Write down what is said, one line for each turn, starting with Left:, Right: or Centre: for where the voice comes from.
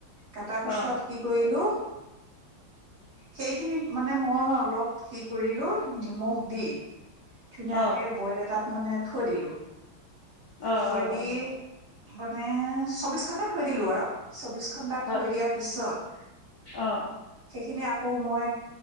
Right: কাটাৰ পিছত
Left: অ
Right: কৰিলো সেইখিনি মানে মই অলপ কি কৰিলো নিমখ দি ধুনীয়াকে
Left: অ
Right: বইল এটাত মানে থৈ দিলো।
Left: অ
Right: থৈ
Left: অ অ
Right: দি মানে চৌবিশ ঘন্টা থৈ দিলো আৰু চৌবিশ তছ ঘণ্টা
Left: হয়
Right: থৈ দিয়াৰ পিছত
Left: অ'।
Right: সেইখিনি আকৌ মই